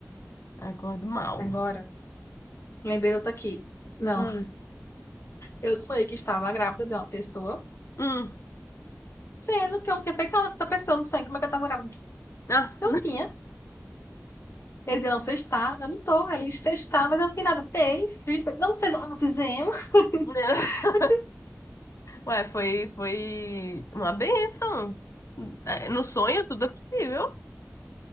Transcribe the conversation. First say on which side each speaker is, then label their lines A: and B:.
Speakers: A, on the left; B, on the left.
A: Acordo mal.
B: Agora. Lembrei outra aqui. Não,
A: Hum.
B: <laughs> eu sonhei que estava grávida de uma pessoa,
A: Hum.
B: sendo que eu não tinha feito nada com essa pessoa no sonho. Como é que eu estava grávida?
A: Ah,
B: Não tinha. Ele dizia, não, você está, eu não estou. Ele disse, você está, mas eu não fiz nada. Fez, fez, fez. não não fez, não fizemos.
A: <laughs>
B: <laughs> Eu disse,
A: Ué, foi, foi uma benção. É, No sonho tudo é possível.